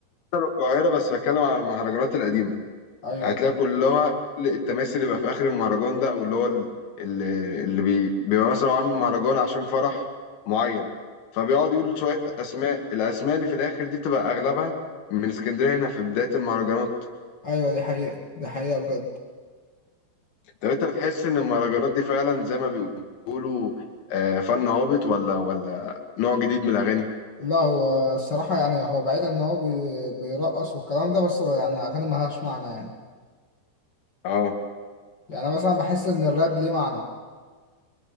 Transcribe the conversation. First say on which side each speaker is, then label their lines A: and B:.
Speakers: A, on the left; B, on the left.
A: بتوع القاهره بس بتكلم على المهرجانات القديمه
B: ايوه
A: هتلاقي كلها التماثيل اللي بقى في اخر المهرجان ده او اللي هو ال- ال- اللي بي- بيبقى مثلا هو عامل مهرجان عشان فرح معين فبيقعد يقول شويه اسماء الاسماء اللي في الاخر دي بتبقى اغلبها من اسكندريه هنا في بدايه المهرجانات
B: ايوه دي حقيقه دي حقيقه بجد
A: طب انت بتحس ان المهرجانات دي فعلا زي ما بيقولوا آه، فن هابط ولا ولا نوع جديد من الاغاني
B: لا هو الصراحه يعني هو بعيد ان هو بي... بيرقص والكلام ده بس هو يعني اغاني ما لهاش معنى يعني
A: اه
B: يعني انا مثلا بحس ان الراب ليه معنى